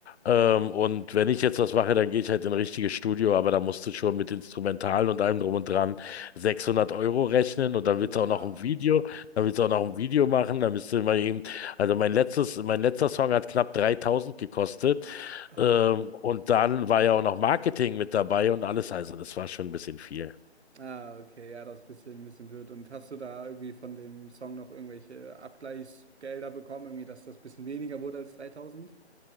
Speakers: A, on the left; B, on the right.
A: Ähm, und wenn ich jetzt was mache, dann gehe ich halt in ein richtiges Studio, aber da musst du schon mit Instrumentalen und allem drum und dran 600 Euro rechnen und dann
B: Oh
A: willst du auch
B: ja.
A: noch ein Video, dann willst du auch noch ein Video machen, dann bist du immer eben, also mein letztes, mein letzter Song hat knapp 3000 gekostet,
B: Ah.
A: ähm, und dann war ja auch noch Marketing mit dabei und alles, also das war schon ein bisschen viel.
B: Ah, okay, ja, das ist ein bisschen, ein bisschen blöd. Und hast du da irgendwie von dem Song noch irgendwelche Abgleichsgelder bekommen, irgendwie, dass das ein bisschen weniger wurde als dreitausend?